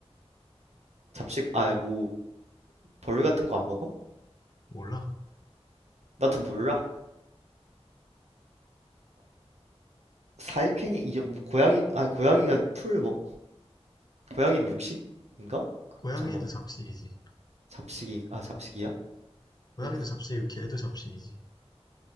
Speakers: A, on the right (about 85°); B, on the left (about 35°).
A: 잡식, 아 뭐 벌 같은 거 안 먹어?
B: 몰라.
A: 나도 몰라. 사익행위 이게 뭐 고양이 아 고양이가 풀 먹 고양이는 육식인가? 그,
B: 고양이도
A: 잠만
B: 잡식이지.
A: 잡식이 아 잡식이야?
B: 고양이도
A: 네.
B: 잡식이고 개도 잡식이지.